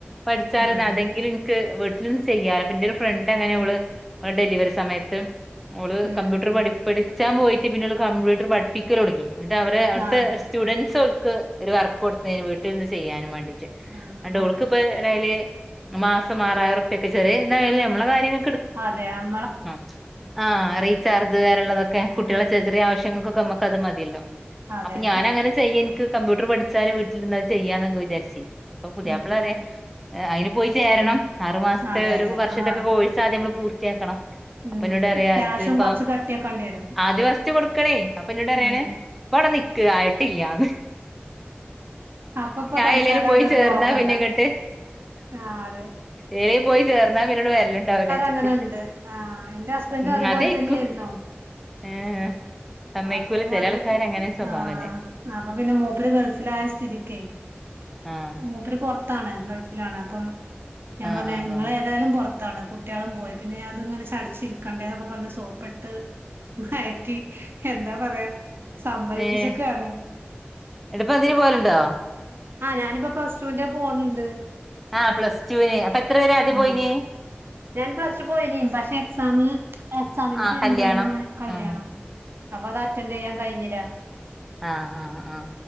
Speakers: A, in the centre; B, on the right.
A: പഠിച്ചാലല്
B: ഉം
A: അതെങ്കിലും ത് വീട്ടിൽന്ന് ചെയ്യാല പിന്റെ ഒരു ഫ്രണ്ട് അങ്ങനെ ഓള് ഡെലിവറി സമയത്ത് ഓള്
B: ഉം
A: കമ്പ്യൂട്ടർ
B: ഉം
A: പടി പഠിച്ചാൻ പോയിട്ട് പിന്നെള് കമ്പ്യൂട്ടർ പഠിപ്പിക്കല് തുടങ്ങി എന്നിട്ട് അവര് അവിടുത്തെ
B: ആ
A: സ്റ്റുഡൻസ് ഓൾക്ക് ഒരു വർക്ക് കൊടുത്തുന്നതിന് വീട്ടിലിരുന്ന് ചെയ്യാനും വേണ്ടി ച്ച്
B: ആ
A: അതുകൊണ്ട്
B: ആ
A: ഓള്ക്ക് ഇപ്പോ ഏതായല് മാസം ആറായിറോപ്പിയൊക്കെ ചെറിയ എന്തായാലും നമ്മളെ കാര്യങ്ങ
B: അതെ ആഹ്
A: ആഹ് ആഹ് റീചാർജ് തരള്ളതൊക്കെ കുട്ടികളെ
B: ഉം
A: ചെറിയ
B: ഉം
A: ചെറിയ ആവശ്യങ്ങൾക്കൊക്കെ നമക് ക്ക് അത് മതിയല്ലോ
B: അതെ
A: അപ്പൊ
B: അതെ
A: ഞാൻ അങ്ങനെ ചെയ്യ എനിക്ക് കമ്പ്യൂട്ടർ പഠിച്ചാല് വീട്ടിലിരുന്നത് ചെയ്യാ വിചാരിച്ചി അപ്പൊ പുതിയാപ്പള
B: ഉം
A: പറയാ
B: ഉം
A: അയ്ന് പോയി ചേരണം ആറു മാസത്തെ
B: അതെ
A: ഒരു
B: അതെ
A: വർഷത്തൊക്കെ
B: അതാണ്
A: കോഴ്‌സ് ആദ്യം നമ്മൾ പൂർത്തിയാക്കണം അപ്പൊ
B: ഉം
A: എന്നോട് പറയാ
B: ക്യാഷും
A: ജ്പ്പം
B: കൊറച്ച് കട്ടിയാക്കേണ്ടി വരും
A: ആദ്യ വസ് ട്ട് കൊടുക്കണേ അപ്പൊ എന്നോട് പറയേണ്
B: ഉം
A: പ്പവിടെ നിക്ക് ആയിട്ടില്ല്യാന്ന്
B: അപ്പപ്പൊ തൽക്കാലം
A: എയിലേലും പോയി
B: അതെട്തോക്കണ്ട
A: ചേർന്നാ പിന്നെ ഇങ്ങട്ട്
B: ആഹ് അത
A: ദേ പോയി ചേർ ന്നാ പിന്നോട് വരല്ണ്ടാവിലച്ചിട്ട്
B: അങ്ങനെ ഉണ്ട് ആ എന്റെ ഹസ്ബൻഡും
A: ഉം
B: അതുപോലെ
A: അതയ്ക്കൂ
B: തന്നെയായിരുന്നു
A: ഏഹ് സമ്മയ്ക്കൂല
B: അപ്പൊ വന്ന
A: ചെല ആൾക്കാര് അങ്ങനെ സ്വഭാവല്ലേ
B: ആഹ് അപ്പൊ പിന്നെ മൂപ്പര് ഗൾഫിലായ സ്ഥിതിക്കേ
A: ആഹ്
B: മൂപ്പര് പുൊറത്താണ് ഗൾഫിലാണ് അപ്പം ഞാൻ
A: ആഹ്
B: പറഞ്ഞ്
A: ആഹ്
B: നിങ്ങളെ
A: ആഹ്
B: പുറത്താണ് കുട്ടികളും പോയി പിന്നെ അത് ഇങ്ങനെ ചടച്ചിരിക്കണ്ടേ എന്നൊക്കെ പറഞ്ഞഞ് സോപ്പിട്ട് മയക്കി എന്താ പറയാ സമ്മേയ്പ്പിച്ചക്കാണ്
A: ഏഹ് എടപ്പ അതിന് പോവലുണ്ടോ
B: ആ ഞാനിപ്പോ പ്ലസ് ടുവിന്റെ പോണണ്ട്
A: ആ പ്ലസ്ട്ടുവിന് അപ്പൊ എത്ര വെരെ ആദ്യം
B: ഉം
A: പോയിനേ
B: ഞാൻ പ്ലസ്ടു പോയനിം പക്ഷെ എക്സാമ് എക്സാമിന്റെ
A: ആഹ്
B: ടൈമിലാണ്
A: കല്യാണം
B: കല്യാണം
A: ആഹ്
B: അപ്പൊ അത് അറ്റൻഡ് ചെയ്യാൻ കഴിഞ്ഞില
A: ആ ആ ആ